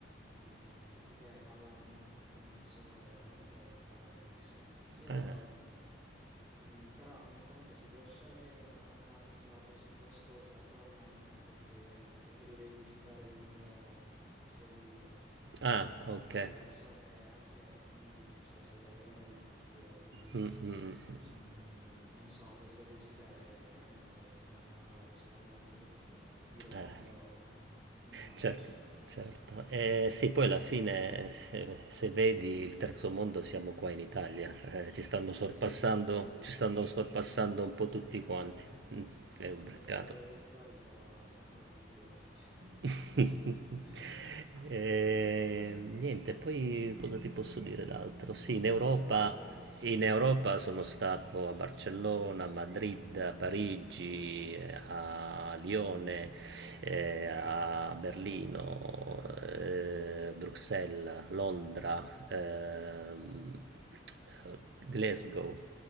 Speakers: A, on the right (about 25°); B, on the right (about 70°).
A: mm, tutti che ballavano in continuazione, veramente un paradiso. Io,
B: Ah,
A: mm, mm, però onestamente, se devo scegliere una vacanza così costosa attualmente, preferirei, preferirei visitare il, ehm, Seoul,
B: ah,
A: mm, perché
B: okay.
A: so che anche lì, cioè, sei davvero nel futuro, quindi...
B: Mh, mh, mh, mh.
A: Mm, non so, questo desiderio, chiaramente bisogna risparmiare un pochino, capire
B: Eh.
A: quando <laughs> andarci,
B: Certo,
A: però.
B: certo.
A: <laughs>
B: Eh, sì, poi alla fine, eh, se vedi il terzo mondo, siamo qua in Italia. Eh, ci stanno
A: Eh
B: sorpassando,
A: sì, effettivamente,
B: ci stanno sorpassando
A: sì, sì.
B: un po' tutti quanti.
A: <laughs>
B: Mm, è un
A: In
B: peccato.
A: questo periodo storico sempre di più, effettivamente.
B: <laughs>
A: <laughs>
B: Eh, niente, poi cosa ti posso dire d'altro? Sì, in Europa,
A: In Europa dove sei stato?
B: in Europa sono stato a Barcellona, a Madrid,
A: Mm,
B: a Parigi, eh, a Lione, eh,
A: mm, mm.
B: a Berlino, eh, Bruxelles, Londra, ehm, eh, Glasgow,